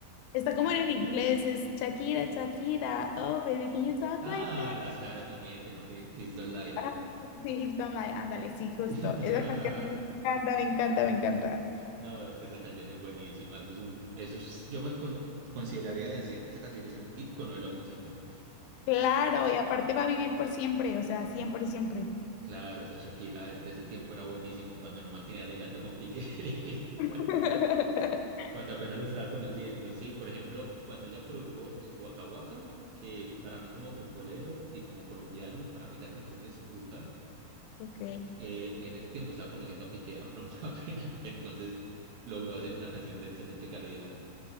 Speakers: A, on the left; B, on the right.
A: está como en inglés, es Shakira, Shakira, oh baby, can you talk
B: Ah,
A: like that?
B: las caras no mienten, aunque Please don't lie.
A: Ah, Sí, Hips Don't Lie, ándale, sí, justo.
B: <laughs>
A: Esa canción me encanta, me encanta, me encanta.
B: No, es que esa canción es buenísima. Eso es un, eso es- yo me con- consideraría decir que esa canción es un icono de la música.
A: Claro, y aparte va a vivir por siempre, o sea, siempre, siempre.
B: Claro, esa Shakira de ese tiempo era buenísimo cuando no mantenía legando con Piqué,
A: <laughs>
B: <laughs> cuando apenas lo estaba conociendo. Sí, por ejemplo, cuando ella produjo el el Waka Waka, que para mí como futbolero y como colombiano, para mí esa canción es brutal.
A: Ok.
B: Eh, en ese tiempo estaba conociendo a Piqué, <laughs> no me da pena, entonces logró hacer una canción de excelente calidad.